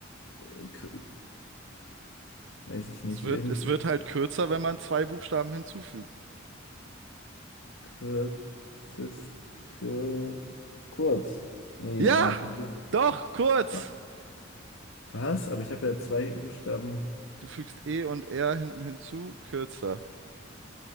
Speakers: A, on the left; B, on the right.
A: äh, k- weiß ich nicht,
B: Es wird,
A: irgendwie,
B: es wird halt kürzer, wenn man zwei Buchstaben hinzufügt.
A: kürzest, kür, kurz. Nee,
B: Ja,
A: aber dann habe ich erwähnt.
B: doch, kurz.
A: Wa- Was? Aber ich habe ja zwei Buchstaben.
B: Du fügst E und R hinten hinzu, kürzer.